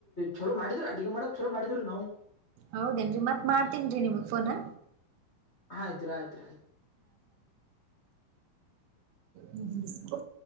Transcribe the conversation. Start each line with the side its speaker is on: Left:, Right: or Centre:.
Left: ಚಲೋ ಮಾಡಿದ್ರು ಅಡಿಗೆ ಮಾಡಕ್ ಚಲೋ ಮಾಡಿದ್ರು ನಾವು
Right: ಹೌದೇನ್ರಿ ಮತ್ತ್ ಮಾಡ್ತೀನ್ರಿ ನಿಮಗ್ ಫೋನಾ
Left: ನಿದ್ರೇ ಆಯ್ತ್ರಿ.
Right: ಹ್ಮಿಸ್